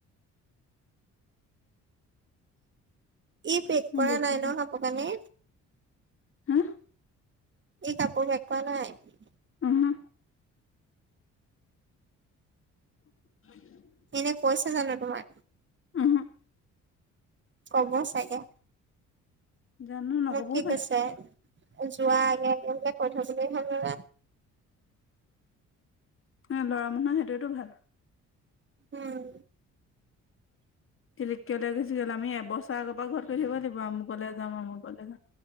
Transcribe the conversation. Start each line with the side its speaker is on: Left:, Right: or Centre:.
Right: ই পেক কৰা
Left: বেছি
Right: নাই ন কাপোৰ কানি।
Left: হা
Right: ই কাপোৰ পেক কৰা নাই?
Left: ওহো <unintelligible>
Right: এনে কৈছে জানো তোমাক?
Left: ওহো
Right: কব চাগে।
Left: জানো নক'বও
Right: মোক কি
Left: পাৰে
Right: কৈছে যোৱা আগে আগে বোলে কৈ থৈ গ'লে হল বোলে
Left: অ ল'ৰা মানুহৰ সেইটোৱেতো ভাল
Right: উম
Left: তিলিককে ওলাই গুচি গ'ল আমি এবছৰ আগৰ পৰা ঘৰত কৈ থাকিব লাগিব অমুকলে যাম আমুকলে যাম